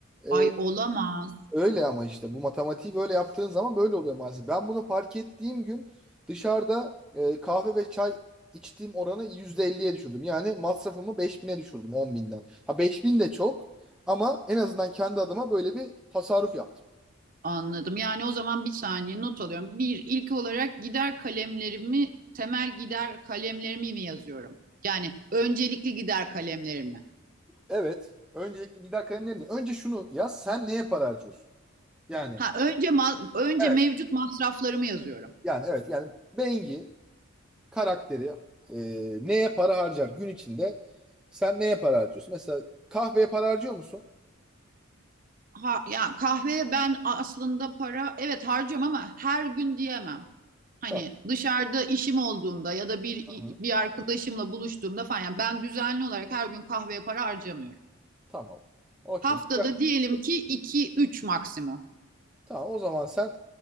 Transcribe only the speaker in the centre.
e,
öyle ama işte bu matematiği böyle yaptığın zaman böyle oluyor maalesef. Ben bunu fark ettiğim gün dışarıda e, kahve ve çay içtiğim oranı %50'ye düşürdüm. Yani masrafımı beş bin'e düşürdüm 10 binden. Ha 5000 de çok ama en azından kendi adıma böyle bir tasarruf yaptım.
Evet. Öncelikle gider kalemlerim. Önce şunu yaz. Sen neye para harcıyorsun? Yani
Evet.
yani evet yani Bengi karakteri e, neye para harcar gün içinde sen neye para harcıyorsun? Mesela kahveye para harcıyor musun?
Tamam.
Aha.
Tamam. Okey.
Güzel.
Tamam o zaman sen